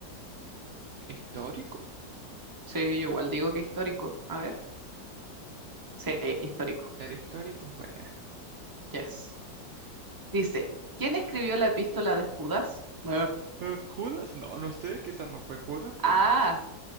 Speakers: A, on the right; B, on the right.
A: ¿Histórico?
B: Sí, yo igual digo que histórico. A ver. Sí, histórico.
A: ¿Era histórico? Bueno.
B: Yes. Dice, ¿quién escribió la epístola de Judas? Ah,
A: Eh, ¿Judas? No, no sé, quizás no fue Judas, pues.
B: Ah,